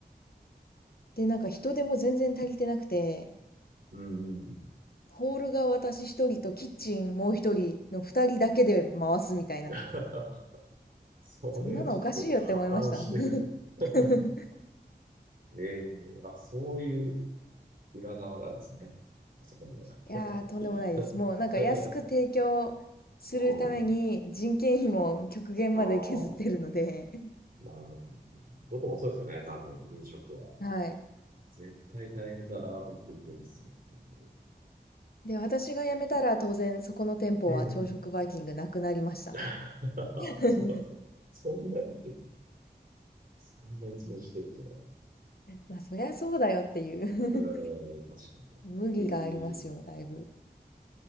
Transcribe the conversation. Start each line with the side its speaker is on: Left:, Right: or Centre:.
Left: で、なんか人手も全然足りてなくて、
Right: うんうん。
Left: ホールが私一人とキッチンもう一人の二人だけで回すみたいな。
Right: <laughs> それはちょっと破綻してるじゃん。
Left: そんなのおかしいよって思いました。<laughs>
Right: <laughs> ええあ、そういう裏側があるんですね。あそこには。
Left: いやー、
Right: <laughs>
Left: とんでもないです。もうなんか安く提供するために人件費も極限まで削ってるので、
Right: うんああ、
Left: <laughs>
Right: まあ、どこもそうですよね、多分、飲食は。
Left: はい。
Right: 絶対大変だなと思って見てるんですよ、本当。
Left: で、私が辞めたら当然そこの店舗は朝食バイキングなくなりました。
Right: うん。<laughs>
Left: <laughs>
Right: そうだそうだ。そんなにそんな依存してるとは。
Left: まあそりゃそうだよっていう
Right: ええ確かに。
Left: <laughs> 無理がありますよ、
Right: ええ
Left: だいぶ。